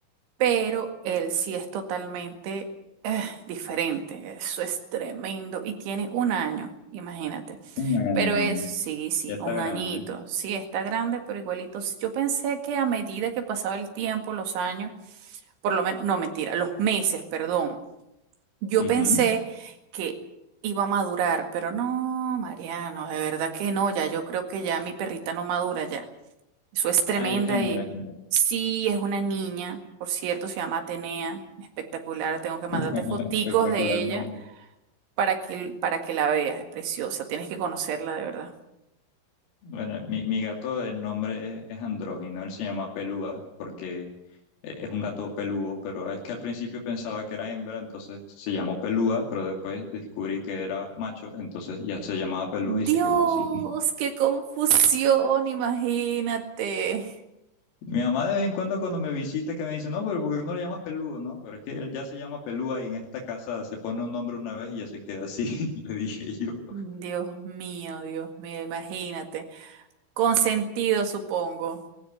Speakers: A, on the right; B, on the left.
A: pero él sí es totalmente eh, diferente. Eso es tremendo. Y tiene un año, imagínate.
B: Un año,
A: Pero
B: un
A: es,
B: año.
A: sí, sí,
B: Ya está
A: un
B: grande.
A: añito. Sí, está grande, pero igualito. Yo pensé que a medida que pasaba el tiempo, los años, por lo menos, no, mentira, los meses, perdón. Yo
B: Ujú.
A: pensé que iba a madurar, pero no, Mariano, de verdad que no, ya yo creo que ya mi perrita no madura ya. Eso es tremenda
B: Ah, ella es hembra,
A: y
B: es hembra.
A: sí, es una niña, por cierto, se llama Atenea, espectacular, tengo que mandarte
B: <laughs>
A: foticos
B: Espectacular
A: de
B: nombre.
A: ella para que, para que la veas, es preciosa, tienes que conocerla de verdad.
B: Bueno, mi, mi gato, el nombre es andrógino, él se llama Pelúa porque eh, es un gato peludo, pero es que al principio pensaba que era hembra, entonces se llamó Pelúa, pero después descubrí que era macho, entonces ya se llamaba Pelúa
A: Dios,
B: y se quedó así.
A: qué confusión, imagínate.
B: Mi mamá de vez en cuando cuando me visita que me dice, no, pero ¿por qué no lo llamas peludo? No, pero es que él ya se llama Pelúa y en esta casa se pone un nombre una vez y ya se queda así, <laughs> le dije yo.
A: Dios mío, Dios mío, imagínate. Consentido, supongo.